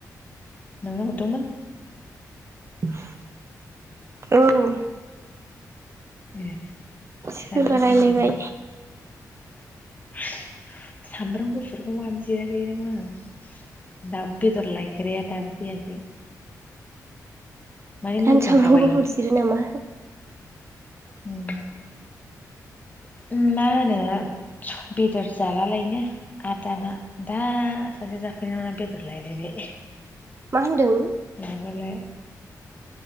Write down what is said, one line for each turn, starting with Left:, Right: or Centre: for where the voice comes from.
Left: नोंनो हरदोंमोन?
Right: औ
Left: ए
Right: सोरबा
Left: दानिथ' खानाफैदों
Right: रायलायबाय
Left: सामब्राम गुफुरखौ मानो जिराखै ना मानो दाब बेदर लायग्राया दाबो फैयाखै। माने मोनखांखाबाय
Right: आं सामब्राम गुफुर
Left: ओंख्रि
Right: जिरो नामा
Left: उम ओम मा होनो बेदर जालालायनो। आर दाना दा सासे जाफैनायाव बेदर लायलाय बाय।
Right: मा होनदों?
Left: नाजाउलाय।